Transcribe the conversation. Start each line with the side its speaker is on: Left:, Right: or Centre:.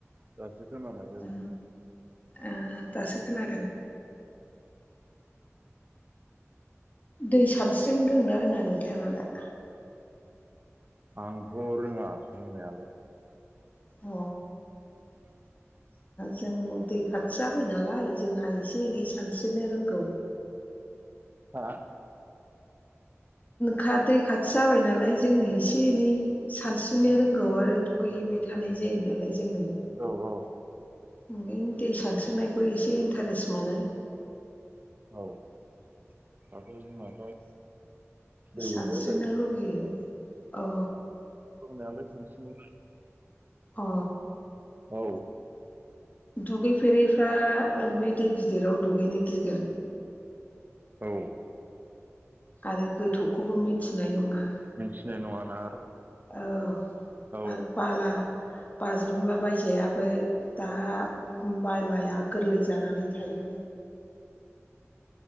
Right: दासो खोना लायबाय
Left: ओ ओ दासो खोनादों दै सानस्रिनो रोंना रोङा नोंथां आलाय
Right: आंथ' रोङा रोंनायालाय
Left: अ
Right: <inaudible>
Left: जों दै खाथि जाबाय नालाय जोंहा एसे एनै सानस्रिनो रोंगौ <inaudible>
Right: हा
Left: खा दै खाथि जाबाय नालाय जोंङो एसे एनै सानस्रिनो रोंगौ आरो दुगैयो फैबाय थानाय जायो नालाय जोंङो
Right: औ औ
Left: ओमफ्राय दै सानस्रिनायखौ एसे इन्टारेस्ट मोनो
Right: औ जोंनाथ' दै
Left: सानस्रिनो
Right: गैया
Left: लुबैयो अ
Right: नायालाय सनसेनो
Left: अ
Right: औ
Left: दुगैफेरैफ्रा बे दै गिदिराव दुगैनो गिगोन
Right: औ
Left: आरो गोथौखौबो मिथिनाय नङा।
Right: मिथिनाय नङाना आरो।
Left: औ
Right: औ
Left: आरो पाला बाज्रुमला बायजायाबो दा बलाया गोरलै। जानानै थायो।